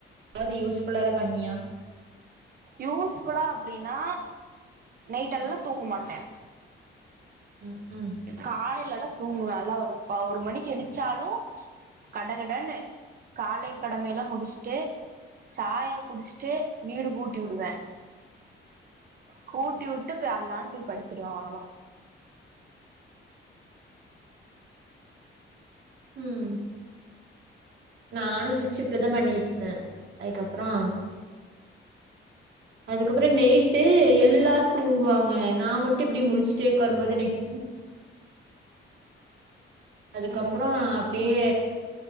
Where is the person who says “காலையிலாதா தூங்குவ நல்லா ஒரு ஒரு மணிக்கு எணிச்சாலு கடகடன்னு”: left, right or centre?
Right